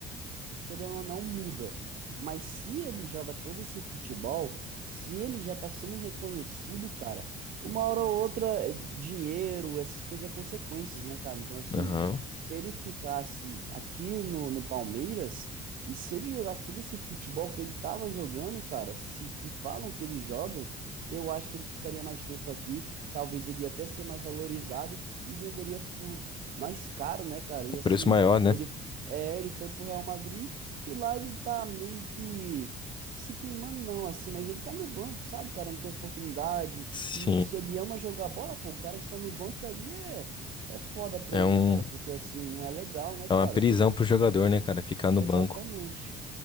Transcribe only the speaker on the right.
querendo ou não, muda. Mas se ele joga todo esse futebol, se ele já tá sendo reconhecido, cara, uma hora ou outra, é dinheiro, essas coisas é consequências, né, cara? Então, assim,
se ele ficasse aqui no, no Palmeiras, e se ele jogasse todo esse futebol que ele tava jogando, cara, se que falam que ele joga, eu acho que ele ficaria mais tempo aqui. Talvez ele ia até ser mais valorizado e venderia por mais caro, né, cara?
E assim,
ele, f- é, ele foi pro Real Madrid e lá ele tá meio que se queimando, não, assim, mas ele tá no banco, sabe? O cara não tem oportunidade.
E se ele ama jogar bola, pô, o cara que tá no banco aí é, é foda pra
ele,
né, cara? Porque assim, não é legal, né,
cara?
Exatamente.